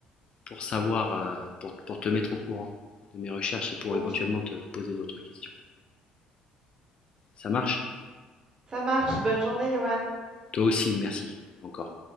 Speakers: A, on the left; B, on the right.
A: pour savoir, euh, pour, pour te mettre au courant de mes recherches et pour
B: <laughs> OK.
A: éventuellement te poser d'autres questions. Ça marche?
B: Ça marche, bonne journée Johan.
A: Toi aussi, merci encore.